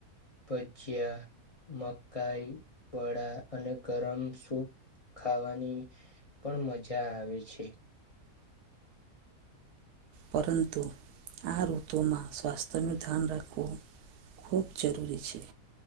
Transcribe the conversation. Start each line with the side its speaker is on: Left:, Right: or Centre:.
Left: ભજીયા, મકાઈ, વળ, અને ગરમ સૂપ ખાવાની, પણ મજા આવે છે.
Right: પરંતુ, આ ઋતુમાં સ્વાસ્થ્યનું ધ્યાન રાખવું બહુબ જરૂરી છે.